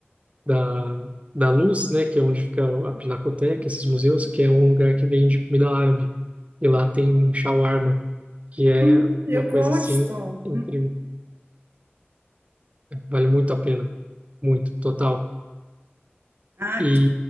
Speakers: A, on the right; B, on the right.
A: da, da Luz, né? Que é onde fica a Pinacoteca, esses museus, que é um lugar que vende comida árabe. E lá tem shawarma, que
B: Ah,
A: é
B: eu
A: uma
B: gosto.
A: coisa, assim, incrível. Vale muito a pena, muito, total.
B: Ah,
A: E
B: e